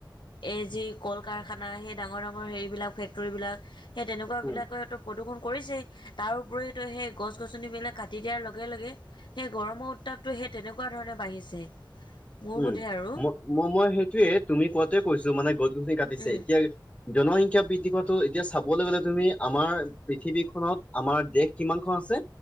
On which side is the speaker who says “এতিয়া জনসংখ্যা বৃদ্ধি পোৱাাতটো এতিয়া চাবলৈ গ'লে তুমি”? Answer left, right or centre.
Left